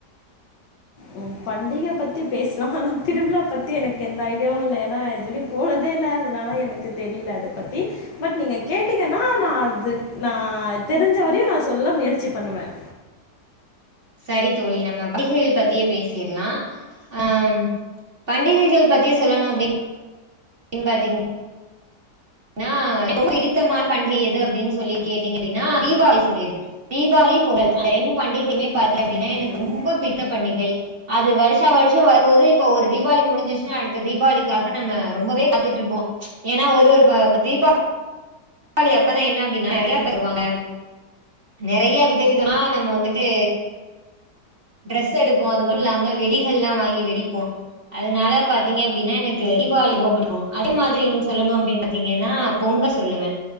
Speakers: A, on the left; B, on the right.
A: உம் பண்டிகை பத்தி பேசலாம் ஆனா திருவிழா பத்தி எனக்கு எந்த ஐடியாவும் இல்லை ஏன்னான் இதுவரை போனதே இல்ல அதனாலான் எனக்கு தெரியல அதை பத்தி பட் நீங்க கேட்டீங்கன்னா நான் அது நான் தெரிஞ்ச வரையும் நான் சொல்ல முயற்சி பண்ணுவேன்
B: சரி தோழி நம்ம பண்டிகைகள் பத்தியே பேசிட்லா, அ பண்டிகைகள் பத்தி சொல்லணு அப்டி ன்னு பாத்தீங்க னா இப்போ பிடித்தமான பண்டிகை எது அப்டின்னு சொல்லி கேட்டீங்க அப்டின்னா தீபாவளி சொல்லிடுவே, தீபாவளி பொங்கல் அந்த ரெண்டு பண்டிகையுமே பாத்தீங்க
A: தீபாவளி
B: அப்டினா எனக்கு ரொம்ப பிடித்த பண்டிகை அது வர்ஷா வருஷம்வரும்போது இப்போ ஒரு தீபாவளி முடிஞ்சிடுச்சுனாஅடுத்த தீபாவளிக்காக நம்ம ரொம்பவே காத்துட்டு இருப்போ ஏன்னா ஒரு ஒரு வ அப்ப தீபா வளி அப்பலா என்ன அப்டின்னா நெறைய தந்துருவாங்க நெறையா வித விதமா நம்ம வந்துட்டு டிரஸ் எடுப்போ அது மட்டு இல்லாம வெடிகள்லா வாங்கி வெடிப்போ அதனால பாத்திங்க அப்டினா எனக்கு தீபாவளி ரொம்ப புடிக்கு அது மாதிரி இன்னொனு சொல்லணு அப்டின் பாத்திங்கனா பொங்கல் சொல்லுவ